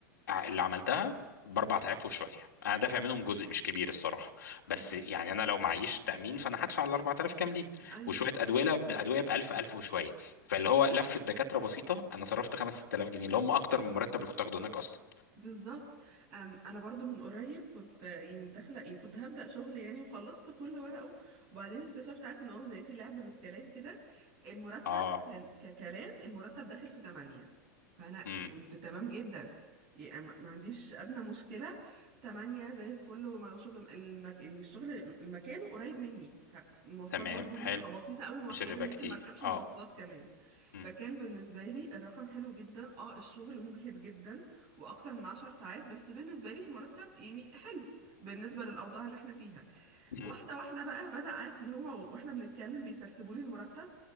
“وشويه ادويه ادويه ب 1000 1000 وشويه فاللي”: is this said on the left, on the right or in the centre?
Left